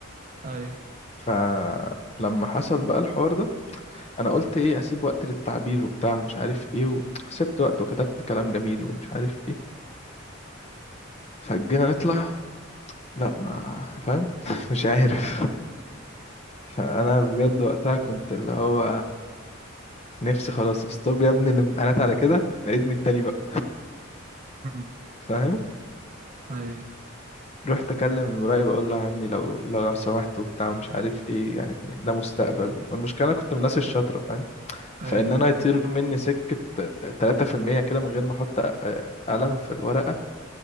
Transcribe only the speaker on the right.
أيوه
أمم.
ايوه
ايوه